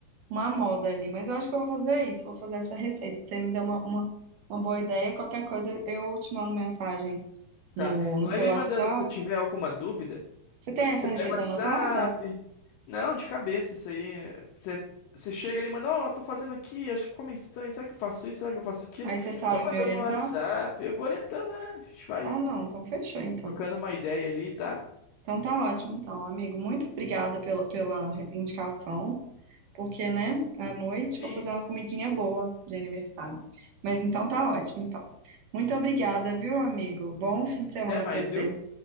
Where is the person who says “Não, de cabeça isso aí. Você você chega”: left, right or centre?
Left